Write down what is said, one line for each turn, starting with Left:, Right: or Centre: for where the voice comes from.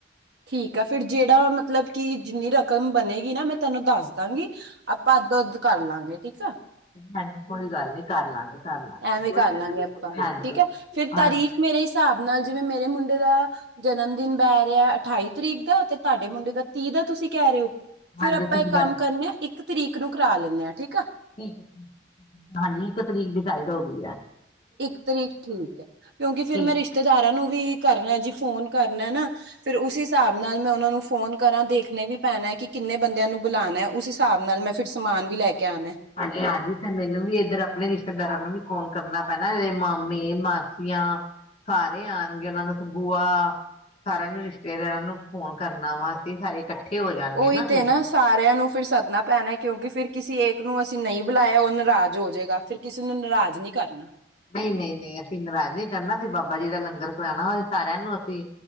Right: ਠੀਕ ਐ ਫਿਰ ਜਿਹੜਾ ਮਤਲਬ ਕਿ ਜਿੰਨੀ ਰਕਮ ਬਣੇਗੀ ਨਾ ਮੈਂ ਤੁਹਾਨੂੰ ਦੱਸ ਦਾਂਗੀ ਆਪਾਂ ਅੱਧੋ ਅੱਧ ਕਰਲਾਂਗੇ ਠੀਕ ਆ।
Left: ਹਾਂਜੀ ਕੋਈ ਗੱਲ ਨੀ ਕਰ ਲਾਂਗੇ ਕਰ ਲਾਂਗੇ
Right: ਐਵੇਂ ਕਰ ਲਾਂਗੇ ਆਪਾਂ
Left: ਹਾਂਜੀ
Right: ਠੀਕ ਹੈ ਫਿਰ ਤਾਰੀਖ
Left: ਹਾਂਜੀ
Right: ਮੇਰੇ ਹਿਸਾਬ ਨਾਲ ਜਿਵੇਂ ਮੇਰੇ ਮੁੰਡੇ ਮੁੰਡੇ ਦਾ ਜਨਮ ਦਿਨ ਬਹਿ ਰਿਹਾ ਅਠਾਈ ਤਰੀਕ ਦਾ ਤੇ ਤੁਹਾਡੇ ਮੁੰਡੇ ਦਾ ਤੀਹ ਦਾ ਤੁਸੀਂ ਕਹਿ ਰਹੇ ਹੋ। ਫੇਰ
Left: ਹਾਂਜੀ
Right: ਆਪਾਂ
Left: ਤੀਹ
Right: ਇਹ
Left: ਦਾ
Right: ਕੰਮ ਕਰਨੇ ਹਾਂ, ਇੱਕ ਤਰੀਕ ਨੂੰ ਕਰਾ ਲੈਂਨੇ ਆਂ ਠੀਕ ਆ।
Left: ਠੀਕ ਹਾਂਜੀ, ਇੱਕ ਤਰੀਕ ਡਿਸਾਈਡ ਹੋ ਗਈ ਆ।
Right: ਇੱਕ ਤਰੀਕ ਠੀਕ ਐ, ਕਿਉਂਕਿ ਫਿਰ
Left: ਠੀਕ
Right: ਮੈਂ ਰਿਸ਼ਤੇਦਾਰਾਂ ਨੂੰ ਵੀ ਕਰਨਾ ਜੀ ਫੋਨ ਕਰਨਾ ਨਾ। ਫੇਰ ਉਸ ਹਿਸਾਬ ਨਾਲ ਮੈਂ ਉਹਨਾ ਨੂੰ ਫ਼ੋਨ ਕਰਾਂ ਦੇਖਣੇ ਵੀ ਪੈਣਾ ਕਿੰਨੇ ਬੰਦਿਆਂ ਨੂੰ ਬੁਲਾਣਾ, ਉਸ ਹਿਸਾਬ ਨਾਲ ਮੈਂ ਫਿਰ ਸਮਾਨ ਵੀ ਲੈ ਕੇ ਆਉਣਾ
Left: ਹਾਂਜੀ-ਹਾਂਜੀ ਫੇਰ ਮੈਨੂੰ ਵੀ ਇੱਧਰ ਆਪਣੇ ਰਿਸ਼ਤੇਦਾਰਾਂ ਨੂੰ ਵੀ ਫੋਨ ਕਰਨਾ ਪੈਣਾ, ਇਹਦੇ ਮਾਮੇ ਮਾਸੀਆਂ ਸਾਰੇ ਆਣਗੇ ਉਹਨਾਂ ਨੂੰ ਬੂਆ ਸਾਰਿਆਂ ਨੂੰ ਰਿਸ਼ਤਾ ਰਿਸ਼ਤੇਦਾਰਾਂ ਨੂੰ ਫੋਨ ਕਰਨਾ ਵਾ ਅਸੀਂ ਸਾਰੇ ਇਕੱਠੇ ਹੋ ਜਾਣਗੇ
Right: ਉਹੀ
Left: ਫਿਰ
Right: ਤੇ ਨਾ। ਸਾਰਿਆਂ ਨੂੰ ਫਿਰ ਸੱਦਣਾ ਪੈਣਾ, ਕਿਉਂਕਿ ਫਿਰ ਕਿਸੇ ਇਕ ਨੂੰ ਅਸੀ ਨਈ ਬੁਲਾਇਆ ਓ ਨਰਾਜ਼ ਹੋ ਜੇਗਾ। ਫਿਰ ਕਿਸੀ ਨੂੰ ਨਰਾਜ਼ ਨੀ ਕਰਨਾ।
Left: ਨਈ ਨਈ ਨੀ ਅਸੀ ਨਰਾਜ ਨਹੀਂ ਕਰਨਾ। ਅਸੀ ਬਾਬਾ ਜੀ ਦਾ ਲੰਗਰ ਕਰਾਣਾ ਏ ਸਾਰੇ ਆਂ ਨੂੰ ਅਸੀ